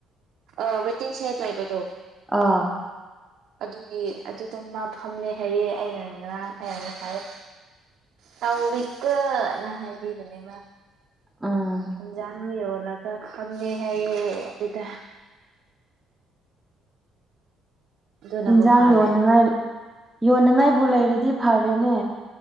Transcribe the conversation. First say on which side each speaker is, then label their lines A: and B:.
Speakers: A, on the right; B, in the centre.
A: ꯑꯥ ꯋꯦꯇꯤꯡ ꯁꯦꯠ ꯂꯩꯕꯗꯣ
B: ꯑꯥ
A: ꯑꯗꯨꯒꯤ ꯑꯗꯨꯗ ꯃꯥ ꯐꯝꯃꯦ ꯍꯥꯏꯌꯦ ꯑꯩꯅ ꯉꯥꯏ ꯑꯦ ꯇꯧꯕꯤꯀꯣꯅ ꯍꯥꯏꯕꯤꯕꯅꯦ
B: ꯎꯝ
A: ꯏꯟꯖꯥꯡꯕꯤ ꯌꯣꯜꯂꯒ ꯐꯝꯅꯤ ꯍꯥꯏꯌꯦ ꯑꯗꯨꯗ ꯑꯗꯨꯅꯕꯨ
B: ꯏꯟꯁꯥꯡ
A: ꯐꯔꯦ
B: ꯌꯣꯟꯅꯉꯥꯏ ꯌꯣꯟꯅꯉꯥꯏꯕꯨ ꯂꯩꯔꯗꯤ ꯐꯔꯦꯅꯦ